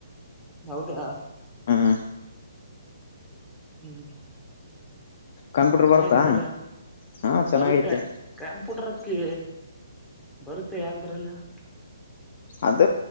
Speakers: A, in the centre; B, on the left.
A: ಹೌದಾ
B: ಹ್ಮ್
A: ಹ್ಮ್
B: ಕಂಪ್ಯೂಟರ್
A: ಚೆನ್ನಾಗಿತ್ತಲ್ಲ
B: ಬರ್ತಾ ಹಾ ಚೆನ್ನಾಗೈತಿ
A: ಬರುತ್ತೆ ಕಂಪ್ಯೂಟರ್ಕ್ಕಿ ಬರುತ್ತೆ ಯಾಕ ಬರಲ್ಲ ಹೇಳ
B: ಅದ